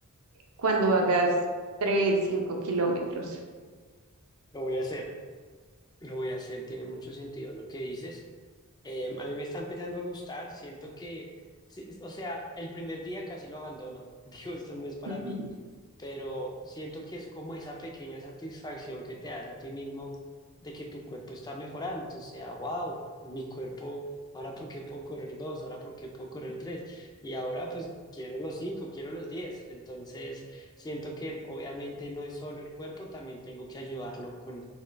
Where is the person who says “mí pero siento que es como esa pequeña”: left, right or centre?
Left